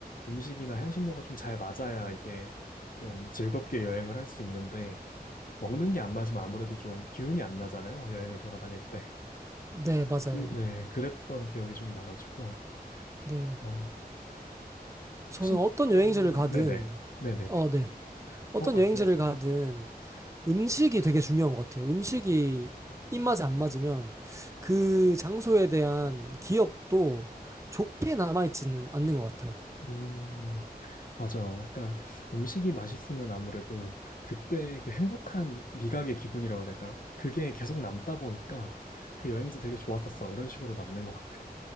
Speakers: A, on the left; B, on the right.
A: 음식이나 향신료가 좀 잘 맞아야 이게 좀 즐겁게 여행을 할 수 있는데 먹는 게 안 맞으면 아무래도 좀 기운이 안 나잖아요. 여행을 돌아다닐 때.
B: 네 맞아요.
A: 그래서 그, 네, 그랬던 기억이 좀 나가지고
B: 네.
A: 어
B: 저는
A: 혹시
B: 어떤
A: 그러면은
B: 여행지를 가든
A: 네네 네네네
B: 어, 네. 어떤
A: 어 말씀하십시오.
B: 여행지를 가든
A: 네.
B: 음식이 되게 중요한 것 같아요. 음식이 입맛에 안 맞으면 그 장소에 대한 기억도 좋게 남아있지는 않는 것 같아요.
A: 음, 맞아요. 약간 음식이 맛있으면 아무래도 그- 그때 그 행복한 미각의 기분이라고 해야 될까요? 그게 계속 남다 보니까 그 여행지 되게 좋았었어. 이런 식으로 남는 것 같아요.